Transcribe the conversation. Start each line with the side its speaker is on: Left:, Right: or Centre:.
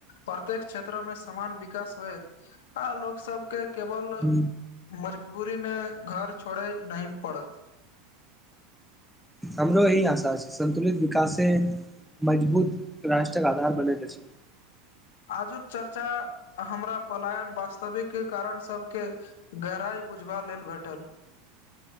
Left: प्रत्येक क्षेत्र मे समान विकास होएत। आ लोकोग सब के केवल
Centre: हम्म,
Left: मजबूरी मे घर छोड़े नही पड़त।
Centre: हमरो यही आशा छै संन्तुलित विकासे मजबूत राष्ट्रक आधार बनल अछि
Left: आजुक चर्चा हमरा पलायन वास्तविक कारण सबके गहराइ बुझबा लेल भेटल,